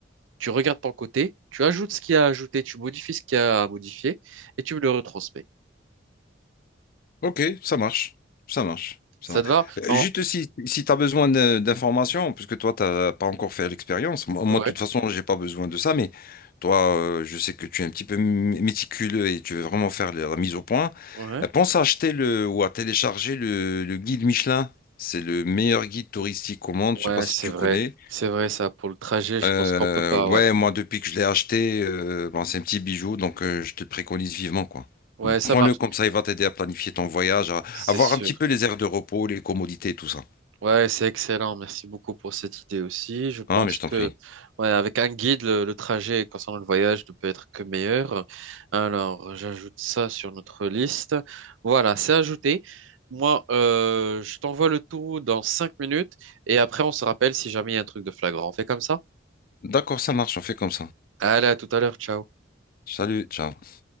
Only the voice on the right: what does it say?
Tu regardes ton côté. Tu ajoutes ce qu'il y a à ajouter. Tu modifies ce qu'il y a à modifier et tu me le retransmets.
Ça
te va?
Non.
Ouais.
Ouais.
Ouais,
c'est
vrai.
C'est vrai, ça. Pour le trajet, je
pense qu'on peut pas.
Ouais.
Ouais, ça
marche.
C'est
sûr.
Ouais, c'est excellent. Merci beaucoup pour cette idée aussi. Je pense
que,
ouais, avec un guide, le, le trajet concernant le voyage ne peut être que meilleur. Alors, j'ajoute ça sur notre liste. Voilà, c'est ajouté. Moi, euh, je t'envoie le tout dans cinq minutes et après, on se rappelle si jamais il y a un truc de flagrant. On fait comme ça?
Allez, à tout à l'heure. Ciao.